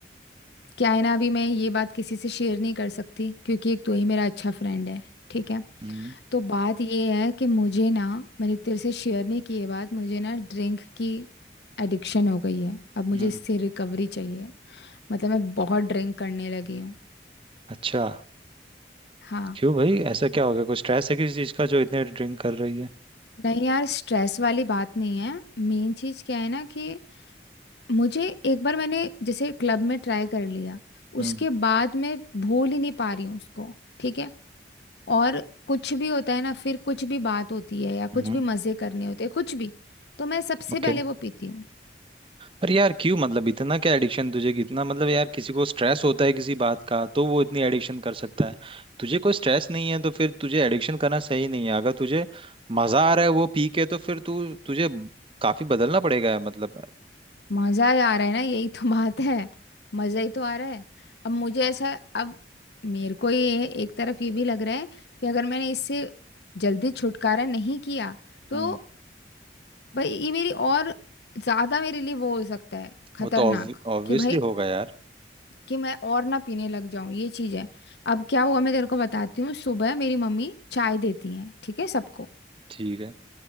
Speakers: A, on the left; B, on the right.
A: क्या है ना अभी मैं ये बात किसी से शेयर नहीं कर सकती क्योंकि एक तू ही मेरा अच्छा फ्रेंड है ठीक है
B: हम्म
A: तो बात ये है कि मुझे ना मैंने तेरे से शेयर नहीं की ये बात मुझे ना ड्रिंक की एडिक्शन हो गई है अब मुझे
B: हम्म
A: इससे रिकवरी चाहिए मतलब मैं बहुत ड्रिंक करने लगी हूँ
B: अच्छा
A: हाँ
B: क्यों भाई ऐसा क्या हो गया कुछ स्ट्रेस है किसी चीज का जो इतने ड्रिंक कर रही है
A: नहीं यार स्ट्रेस वाली बात नहीं है मेन चीज क्या है ना कि मुझे एक बार मैंने जैसे क्लब में ट्राई कर लिया
B: हम्म
A: उसके बाद मैं भूल ही नहीं पा रही हूँ उसको ठीक है और कुछ भी होता है ना फिर कुछ भी बात होती है या
B: हम्म
A: कुछ भी मजे करने होते हैं कुछ भी तो मैं सबसे
B: ओके
A: पहले वो पीती हूँ
B: पर यार क्यों मतलब इतना क्या एडिक्शन तुझे कितना मतलब यार किसी को स्ट्रेस होता है किसी बात का तो वो इतनी एडिक्शन कर सकता है तुझे कोई स्ट्रेस नहीं है तो फिर तुझे एडिक्शन करना सही नहीं है अगर तुझे मजा आ रहा है वो पी के तो फिर तू तुझे काफी बदलना पड़ेगा मतलब
A: मजा ही आ रहा है ना यही तो बात है मजा ही तो आ रहा है अब मुझे ऐसा अब मेरे को ये एक तरफ ये भी लग रहा है कि अगर मैंने इससे जल्दी छुटकारा नहीं किया तो
B: हम्म
A: भाई ये मेरी और ज्यादा मेरे लिए वो हो सकता है खतरनाक
B: वो तो ऑब्वियसली
A: कि भाई
B: होगा यार
A: कि मैं और ना पीने लग जाऊं ये चीज है अब क्या हुआ मैं तेरे को बताती हूँ सुबह मेरी मम्मी चाय देती है ठीक है सबको
B: ठीक है